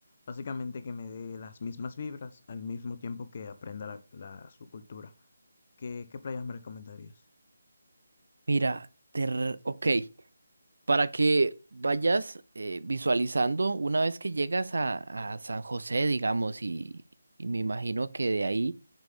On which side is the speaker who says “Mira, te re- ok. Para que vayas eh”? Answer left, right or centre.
Right